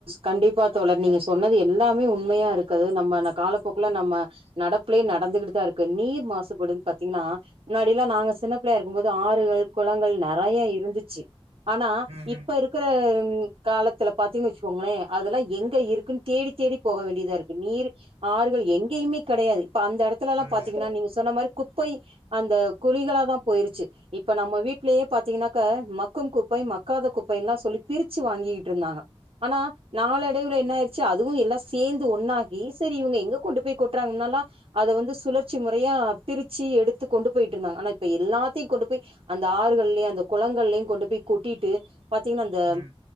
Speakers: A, on the right; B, on the right.
A: கண்டிப்பா தோழர் நீங்க சொன்னது எல்லாமே உண்மையா இருக்கு நம்ம காலப்போக்கல நம்ம நடப்புலயே நடந்துகிட்டு தாருக்கு நீர் மாசுபடு பாத்தீங்கனா முன்னாடிலா நாங்க சினப் பிளயா இருக்கு போது ஆறுகள் குளங்கள் நெறைய இருந்துச்சு ஆனா
B: ம்,
A: இப்ப இருக்குற காலத்துல பாத்தீங்னு வச்சுக்கோங்களே அதெல்லா எங்க இருக்குன் தேடி தேடி போக வேண்டியதா இருக்கு நீர் ஆறுகள் எங்கேயுமே கடையாது அந்த இடத்துலல்லா
B: ம்,
A: பாத்தீங்கன்னா
B: அந்த
A: நீங்க சொன்ன மாரி குப்பை அந்த குழிகள தா போயிருச்சு இப்ப நம்ம வீட்லயே பாாரத்தீங்கன்னாக்க மக்கும் குப்பை மக்காத குப்பைன்லா சொல்லி பிரிச்சு வாங்கிகிட்ருந்தாங்க ஆனா நாளடைவுல என்ன ஆயி ச்சு அதுவு எல்லாசேந்து ஒன்னாகி செரி இவங்க எங்க கொண்டு போய் கொட்டுறாங்க முன்னாலா அத வந்து சுழற்சி முறையா பிரிச்சு எடுத்து கொண்டு போயிட்டுருந்தாங்க ஆனா இப்ப எல்லாத்தையு கொண்டு போய் அந்த ஆறுகள்லயு அந்த குளங்கள்லயு கொண்டு போய் கொட்டிட்டு பாத்தீங்கனா அந்த
B: ம்.